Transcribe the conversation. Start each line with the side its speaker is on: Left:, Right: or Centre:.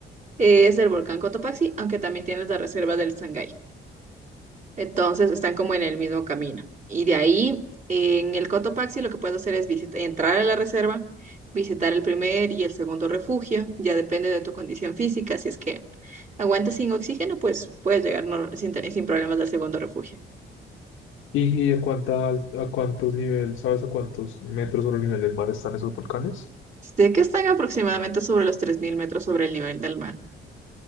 Right: es el volcán Cotopaxi, aunque también tienes la reserva del Sangay. Entonces están como en el mismo camino. Y de ahí, en el Cotopaxi, lo que puedes hacer es visit- entrar a la reserva, visitar el primer y el segundo refugio. Ya depende de tu condición física. Si es que aguantas sin oxígeno, pues puedes llegar nor- sin, te- sin problemas al segundo refugio.
Left: ¿Y, y a, cuánta al- a cuántos niveles, sabes a cuántos metros sobre el nivel del mar están esos volcanes?
Right: Sé que están aproximadamente sobre los 3.000 metros sobre el nivel del mar.